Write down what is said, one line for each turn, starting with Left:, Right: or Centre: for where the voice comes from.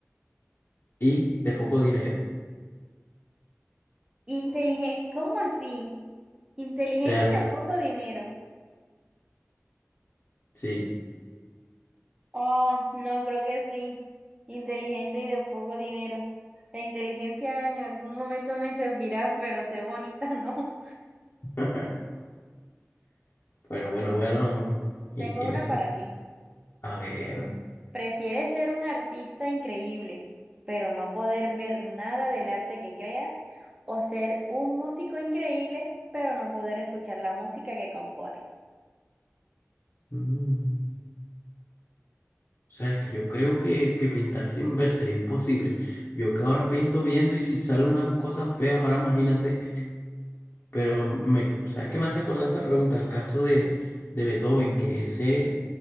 Left: y de poco dinero.
Right: Inteligente, ¿cómo así? Inteligente
Left: seas
Right: y de poco dinero.
Left: sí.
Right: Ah, no, creo que sí. Inteligente y de poco dinero. La inteligencia en algún momento me servirá, pero sé bonita, <laughs> ¿no?
Left: <laughs> Bueno, bueno, bueno. Y
Right: Tengo
Left: tienes
Right: una
Left: eso.
Right: para ti.
Left: A ver.
Right: ¿Prefieres ser un artista increíble, pero no poder ver nada del arte que creas, o ser un músico increíble, pero no poder escuchar la música que compones?
Left: Mm. O sea, es que yo creo que, que pintar sin ver sería imposible. Yo que ahora pinto viendo y si sale una cosa fea, ahora imagínate. Pero, me, ¿sabes qué me hace acordar esta pregunta? El caso de, de Beethoven, que ese